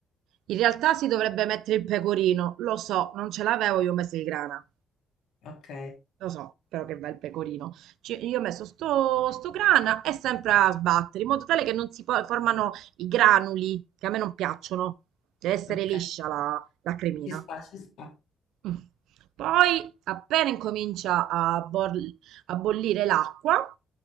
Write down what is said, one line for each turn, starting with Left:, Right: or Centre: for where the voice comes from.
Right: In realtà si dovrebbe mettere il pecorino, lo so, non ce l'avevo, io ho messo il grana.
Left: Ok,
Right: Lo so, però che bel pecorino. Ci- io ho messo sto, sto grana e sempre a sbattere, in modo tale che non si po- formano i granuli, che a me non piacciono. Deve essere
Left: ok.
Right: liscia la, la cremina.
Left: Ci sta, ci sta.
Right: Mm. Poi, appena incomincia a, bor- a bollire l'acqua,